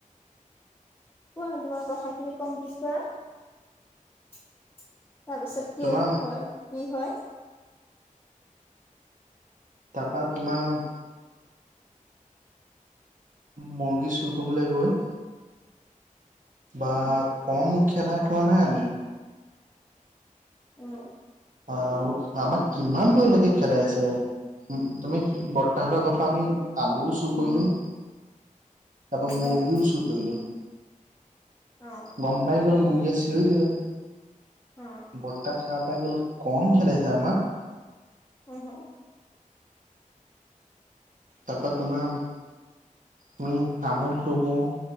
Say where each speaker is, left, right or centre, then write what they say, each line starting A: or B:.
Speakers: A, on the left (about 15°); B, on the right (about 70°).
A: কোৱা তোমাৰ কথাখিনি কম কিছতা, তাপিছত
B: তোমাৰ
A: কি হয়? কি হয়?
B: তা পা তোমাম মুৰ্গী চুৰ কৰিবলৈ গৈ বা
A: অ'।
B: কম খেদা খোৱা নাই আমি
A: অ।
B: আহ আমাক কিমান দূৰলৈকে খেদাইছে। উ তুমি বৰ্তাহতৰ ঘৰ পৰা আমি আলু চুৰ কৰিলো। তা পা মুৰ্গীও
A: উম
B: চুয় কৰিলো।
A: অ।
B: গম পাই গ'ল মুৰ্গীয়ে চিঞই দিলে।
A: অ।
B: বৰ্তা সা পাই গ'ল কম খেদাইছে আমাক।
A: উম হু।
B: তা পা তোমাৰ তুমি তামোল চুকও,